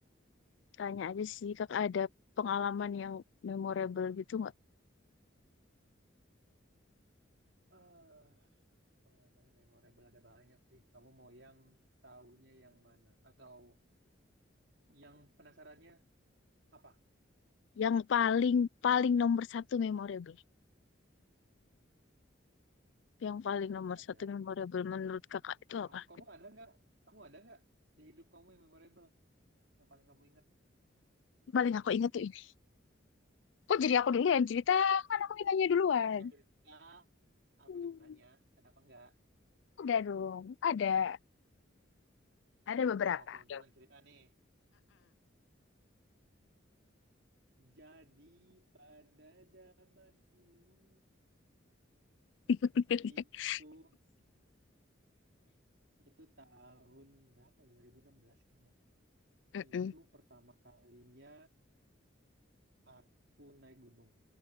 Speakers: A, on the left; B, on the right.
A: tanya aja sih Kak
B: Apa
A: ada
B: tuh?
A: pengalaman yang memorable gitu nggak?
B: Eh, pengalaman yang memorable ada banyak sih. Kamu mau yang tahunya yang mana? Atau yang penasarannya apa?
A: Yang paling paling nomor satu memorable. Yang paling
B: Hmm,
A: nomor
B: Ada.
A: satu memorable menurut Kakak itu
B: Kamu,
A: apa?
B: kamu ada nggak? Kamu ada nggak di hidup kamu yang memorable? Yang paling kamu ingat?
A: Paling aku ingat tuh ini. Kok jadi aku dulu yang cerita? Kan aku ditanya duluan.
B: Nggak, nggak cerita. Aku
A: Hmm,
B: cuma nanya, ada apa nggak?
A: udah dong. Ada. Ada beberapa.
B: Saya mau aku dulu yang cerita nih. Jadi pada zaman dulu
A: <laughs>
B: itu itu tahun berapa ya? dua ribu enam belas kayaknya deh.
A: Mm-mm.
B: Itu pertama kalinya aku naik gunung